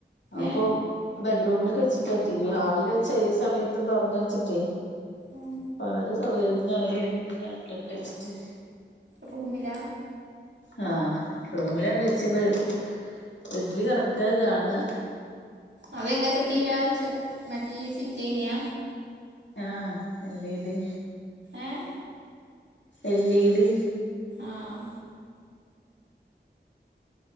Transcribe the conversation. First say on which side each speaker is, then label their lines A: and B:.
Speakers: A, on the left; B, on the right.
A: അവ്പ്പൊ
B: ഏ
A: ബെഡ്റൂമില്ക്ക് വെച്ചിക്കാ ടീവി ഹാൾല് വച്ചാ ഏഹ് സമയത്തും തൊറന്ന് വെച്ച്ട്ടേ
B: ഉം
A: ഇപ്പവരെ സൗകര്യത്തിന് അവര് ഇര്ന്ന് കണ്ടോട്ടേച്ച്ട്ട്
B: റൂമിലാ
A: ആഹ് റൂമിലാണ്ട് വെച്ച് ബെ ബെഡ്ല് കെടക്കാ കാണാ
B: അതെങ്ങത്തെ ടീവിയാ ചൊ മറ്റെ ഫിറ്റയിന്യാ
A: ആഹ് എൽ ഇ ഡി
B: ഏഹ്
A: എൽ ഇ ഡി
B: ആഹ്